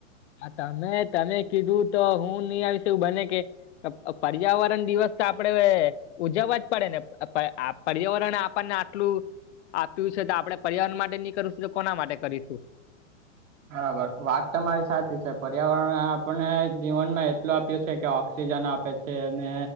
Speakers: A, on the left (about 60°); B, on the right (about 75°).
A: આ તમે તમે કીધું તો હું નહી આવીશે એવું બને કે, અ પર્યાવરણ દિવસ તો આપડે, ઉજવવા જ પડે આ પર્યાવરણને આપણને આટલું, આપ્યું છે, તો આપડણે પર્યાવરણ માટે નની કરશું તો કોના માટે કરીશું.
B: બરાબર વાત તમારી સાચી છે પર્યાવરણ આપણે જીવનમાં એટલ આપ છે કે ઓક્સિજન આપે છે અને